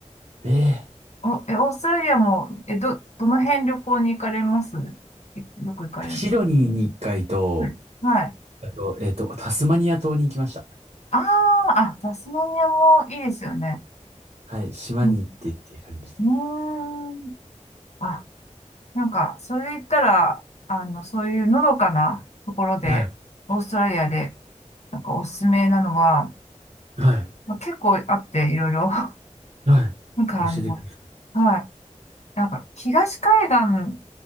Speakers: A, on the right; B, on the left.
A: ええ
B: お、え、オーストラリアも、え、ど、どの辺旅行に行かれますいよく行かれる。
A: シドニーに一回と、
B: うんはい。
A: あと、えっと、タスマニア島に行きました。
B: ああ、あ、タスマニアもいいですよね。
A: はい。島に行ってっていう感じで。
B: うん。うーん。あなんか、それで言ったら、あの、そういうのどかなところで、
A: はい。
B: オーストラリアで、なんかおすすめなのは、
A: はい。
B: まあ、結構あって、いろいろ。<laughs>
A: はい。
B: なんかあの、
A: 教えてくだ
B: はい。なんか、東海岸